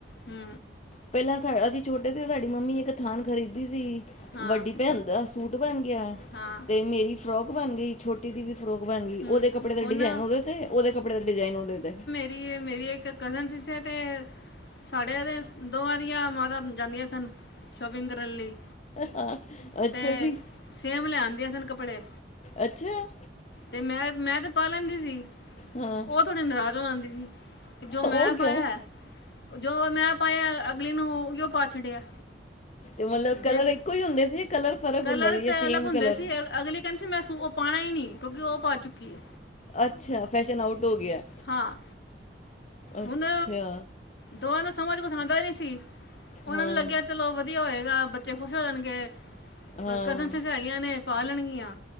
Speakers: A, on the left; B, on the left.
A: ਹੂੰ
B: ਪਹਿਲਾਂ ਅਸੀਂ ਛੋਟੇ ਸੀ, ਸਾਡੀ ਮੰਮੀ ਇੱਕੋ ਥਾਨ ਖਰੀਦਦੀ ਸੀ।
A: ਹਾਂ
B: ਵੱਡੀ ਭੈਣ ਦਾ ਸੂਟ ਸੂਟ ਬਣ ਗਿਆ।
A: ਹਾਂ
B: ਤੇ ਮੇਰੀ ਛੋਟੀ ਫਰਾਕ ਬਣ ਗਈ। ਛੋ ਟੀ ਦੀ ਵੀ ਫ੍ਰੋਕ ਬਣਗੀ।
A: ਹੂੰ
B: ਓਦੇ ਕੱਪੜੇ ਦਾ
A: ਹੁਣ
B: ਡਿਜਾਇਨ ਓਦੇ ਤੇ, ਓਦੇ ਕੱਪੜੇ ਦਾ ਡਿਜਾਇਨ ਓਦੇ ਤੇ।
A: ਵੀ ਏ ਮੇਰੀ ਇੱਕ ਕਜ਼ਨ ਸੀਸੇ ਤੇ ਸਾਡੇ ਐਦੇ ਸ ਦੋਵਾਂ ਦੀਆਂ ਮਾਤਾ ਜਾਂਦੀਆਂ ਸਨ। ਸ਼ੋਪਿੰਗ ਕਰਨ ਲਈ
B: ਹਾਂ ਅੱਛਾ
A: ਤੇ
B: ਜੀ
A: ਸੇਮ ਲੈ ਆਂਦੀਆਂ ਸਨ ਕੱਪੜੇ।
B: ਅੱਛਾ!
A: ਤੇ ਮੈਂ, ਮੈਂ ਤੇ ਪਾ ਲੈਂਦੀ ਸੀ।
B: ਹਾਂ
A: ਓ ਥੋੜ੍ਹੀ ਨਾਰਾਜ਼ ਹੋ ਜਾਂਦੀ ਸੀ ਕਿ ਜੋ ਮੈਂ
B: ਉਹ
A: ਪਾਇਆ।
B: ਕਿਉਂ
A: ਜੋ ਮੈਂ ਪਾਇਆ, ਅਗਲੀ ਨੂੰ ਓਇਓ ਪਾ ਛੱਡਿਆ।
B: ਤੇ ਮਤਲਬ ਕਲਰ
A: ਜੇ
B: ਇੱਕੋ ਹੀ ਹੁੰਦੇ ਸੀ ਯ ਕਲਰ ਫਰਕ
A: ਕਲਰ
B: ਹੁੰਦਾ ਸੀ
A: ਤੇ
B: ਯਾ ਸੇਮ
A: ਅਲੱਗ ਹੁੰਦੇ
B: ਕਲਰ?
A: ਸੀ ਅ- ਅਗਲੀ ਕਹਿੰਦੀ ਸੀ ਮੈਂ ਸੂ ਓ ਪਾਣਾ ਈ ਨਈ ਕਿਉਂਕਿ ਓ ਪਾ ਚੁੱਕੀ ਏ।
B: ਅੱਛਾ, ਫੈਸ਼ਨ ਆਊਟ ਹੋ ਗਿਆ।
A: ਹਾਂ।
B: ਅੱਛਾ।
A: ਹੁਣ ਦੋਵਾਂ ਨੂੰ ਸਮਝ ਕੁਛ ਆਂਦਾ ਨੀ ਸੀ, ਓਨਾਂ
B: ਹਾਂ
A: ਨੂੰ ਲੱਗਿਆ ਚਲੋ ਬੱ ਵਧੀਆ ਹੋਏਗਾ, ਬੱਚੇ ਖੁਸ਼ ਹੋ ਜਾਣਗੇ।
B: ਹਾਂ
A: ਕਜ਼ਨ ਸਿਸਟਰ ਹੈਗੀਆਂ ਨੇ, ਪਾ ਲੈਣਗੀਆਂ।